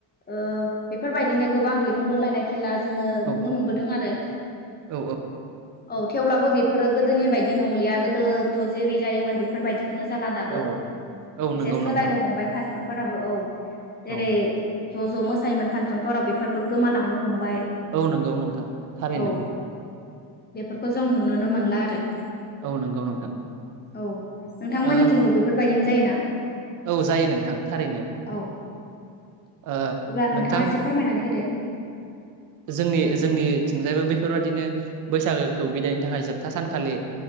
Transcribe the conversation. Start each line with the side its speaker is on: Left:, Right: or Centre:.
Left: बेफोरबायदिनो गोबां दिरुं बोलायनाय खेला जोङो
Right: औ
Left: नुनो मोनबोदों आरो
Right: औ
Left: औ थेवब्लाबो बेफोरो गोदोनि बायदि नंलिया गोदोथ' जेरै जायोमोन बेफोरबायदि खौनो जाला दाबो
Right: औ औ नंगौ
Left: एसे सोलायनो
Right: नोंथां
Left: हमबाय पांसनफोराबो औ जेरै
Right: औ
Left: ज' ज' मोसायोमोन फांसनफोराव बेफोरफोरबो गोमालांनो हमबाय।
Right: औ नंगौ नोंथां थारैनो
Left: औ बेफोरखौ जों नुुनोनो मोनला आरो
Right: औ नंगौ नोंथां
Left: औ नोंथांमोननिथिंबो
Right: ओ
Left: बेफोरबायदिनो जायोना?
Right: औ जायो नोंथां थारैनो।
Left: औ
Right: ओ
Left: अब्ला नोंथाङा
Right: नोंथां
Left: एसे फोरमायनानै होदो
Right: जोंनि जोंनि थिंजायबो बैफोरबायादिनो बैसागोखौ बिदायनो थाखाय जोबथा सानखालि